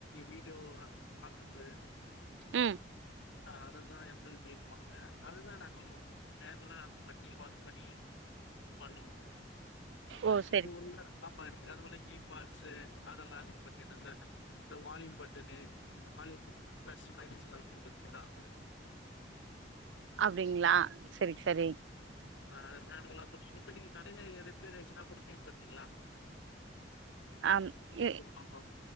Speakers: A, on the left; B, on the right.
A: வீடியோ அதெல்லா பாக்கறது
B: ம்
A: ஆ அததா எம் எல் பி ன்னு சொல்லுவாங்க அதுதா நாங்க மேனுவல் ஆ <unintelligible> ஒர்க் பண்ணி பண்ணுவோம் <unintelligible>
B: ஓ சரி
A: இது உள்ள ஆமா அது உள்ள கீ பாட்ர்ஸ்சு அதெல்லா பத்தி நாங்க இந்த வாலியூம் பட்டனு வாலியூம் ல பிளஸ் மைனஸ்ல இருக்கு பாத்ருக்கிங்களா
B: அப்டிங்ளா செரி செரி
A: ஆ <inaudible> இப்பதிக்கி கடையில ரிப்பேர் ஆயிச்சுன்னா குடுப்பீங்க பாத்தீங்ளா
B: ஆம் இ
A: ஆமா